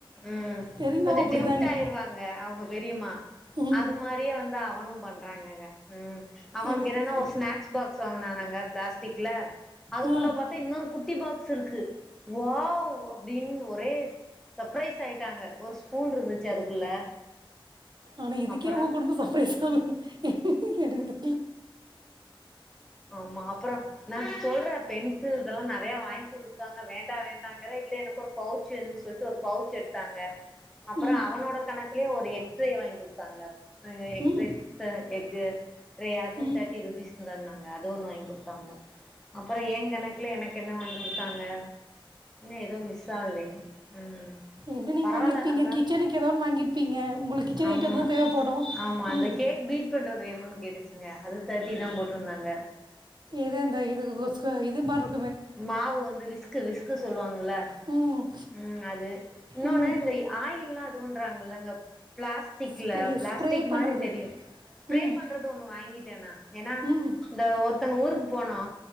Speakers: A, in the centre; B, on the right.
A: ம்
B: பெரியம்மாவும்
A: கொஞ்சோ
B: அப்படிதாங்க
A: டெம்ட் ஆயிருவாங் க அவுங்க பெரியம்மா
B: ம்
A: அது மாரியே வந்து அவனும் பண்றாங்கங்க ம் அவனுக்கு
B: சரி
A: என்னன்னா
B: சரி
A: ஒரு ஸ்நாக்ஸ் பாக்ஸ் வாங்கனானாங்க பிளாஸ்டிக்ல அதுக்குள்ள
B: ஆ
A: பாத்தா இன்னொரு குட்டி பாக்ஸ் இருக்கு வாவ் அப்டின் ஒரே சர்ப்ரைஸ் ஆயிட்டாங்க ஒரு ஸ்பூன்ருந்துச்சு அதுக்குள்ள
B: ஆனா இதுக்கே
A: அப்பறோ
B: உங்க குடும்போ சர்பரைஸ் ஆவுது எங்கெடக்குது
A: ஆமா அப்புறோ நா சொல்ற பென்சில் இதெல்லா நறையா வாங்கி குடுத்துருக்காங்க வேண்டா வேண்டாங்கிற இல்ல எனக்கு ஒரு பவுச் வேணுண் சொல்ட்டு ஒரு பவுச் எடு த்தாங்க அப்புறோ
B: ம்
A: அவனோட கணக்குலே ஒரு எக்ட்ரே வாங்கி குடுத்தாங்க அ எக்ட்ரே
B: ம்
A: இத்தன எக்கு ட்ரே அதுவு
B: ம்
A: தேட்டிரூபீஸ் தான்னாங்க அது ஒன்னு வாங்கி குடுத்தாங்க அப்புறோ எ‌ கணக்குல எனக்கு என்ன வாங்கி குடுத்தாங்க என்ன ஏதோ மிஸ் ஆகுதே ம்
B: எப்டியு நீங்க
A: பரவால்ல
B: வாங்கிருப்பீங்க
A: அதா
B: கிச்சனுக்கு ஏதோன்னு வாங்கிருப்பீங்க உங்களுக்கு கிச்சன்
A: ஆமா
B: ஐட்டம் தா தேவப்படு
A: ஆமா அந்த
B: ம்
A: <unintelligible> பண்றது வேணுன் கேட்டுச்சுங்க அது தேட்டி தா போட்ருந்தாங்க
B: எது அந்த இதுக்கு கொஸ்க்கு இது மாரி இரு
A: மாவு வந்து விஸ்க்கு விஸ்க்கு சொல்லுவாங்கள
B: ம்
A: ம் அது இன்னொன்னு
B: ம்
A: இந்த ஆயில்லா இது பண்றாங்கல்லங்க பிளாஸ் டிக்ள
B: ஸ்ப்ரே
A: பிளாஸ்டிக்மாரி
B: ஸ்ப்ரே பண்ணுறது
A: தெரியு ஸ்ப்ரே
B: ம்
A: பண்றது ஒண்ணு வாங்கிட்டேனா எனா
B: ம் ம்
A: இந்த ஒருத்தோங்க ஊருக்கு போனோ